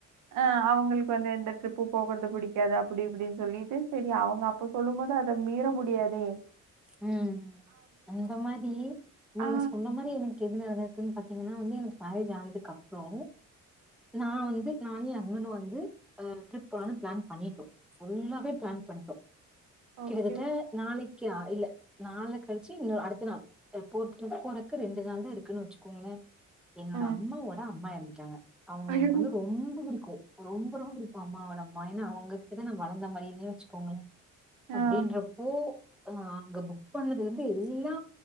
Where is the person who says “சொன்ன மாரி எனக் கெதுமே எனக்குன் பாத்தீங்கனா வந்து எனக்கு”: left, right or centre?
Centre